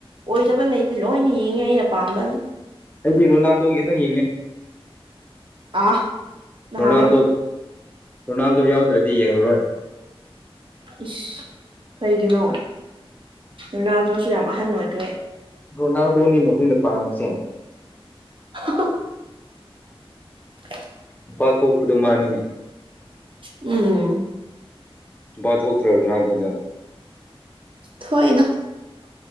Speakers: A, on the right; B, on the left.
A: ꯑꯣꯏꯗꯕ ꯂꯩꯇꯦ ꯂꯣꯏꯅ ꯌꯦꯡꯉꯦ ꯑꯩꯅ ꯑꯄꯥꯝꯕ
B: ꯑꯩꯗꯤ ꯔꯣꯅꯥꯜꯗꯣ ꯈꯤꯇꯪ ꯌꯦꯡꯉꯦ꯫
A: ꯑꯥ ꯅꯍꯥꯟꯃꯨꯛ
B: ꯔꯣꯅꯥꯜꯗꯣ ꯔꯣꯅꯥꯜꯗꯣ ꯌꯥꯎꯗ꯭ꯔꯗꯤ ꯌꯦꯡꯂꯔꯣꯏ
A: ꯏꯁ ꯀꯔꯤꯒꯤꯅꯣ ꯔꯨꯅꯥꯜꯗꯣꯁꯨ ꯌꯥꯝ ꯑꯍꯟ ꯑꯣꯏꯈ꯭ꯔꯦ
B: ꯔꯣꯅꯥꯜꯗꯣꯅꯤꯅꯦ ꯑꯈꯣꯏꯅ ꯄꯥꯝꯃꯤꯁꯦ
A: <unintelligible> <unintelligible>
B: ꯅꯨꯄꯥ ꯊꯣꯛꯄꯗꯣ ꯃꯅꯤꯅꯦ
A: ꯎꯝ
B: ꯅꯨꯄꯥ ꯊꯣꯛꯇꯔꯣ ꯔꯣꯅꯥꯜꯗꯣꯗꯣ
A: ꯊꯣꯛꯏꯗ